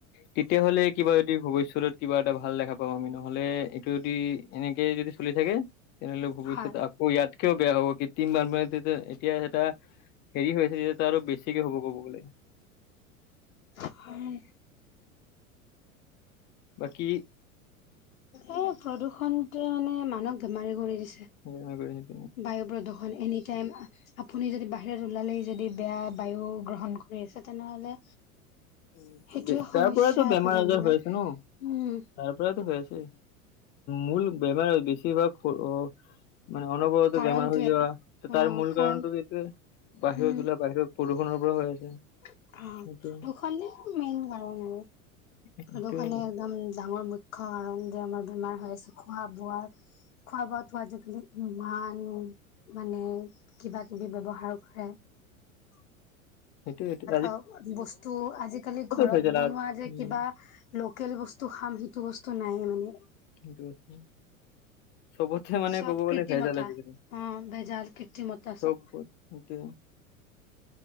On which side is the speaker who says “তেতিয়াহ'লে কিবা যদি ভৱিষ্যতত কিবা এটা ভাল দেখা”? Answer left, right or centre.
Left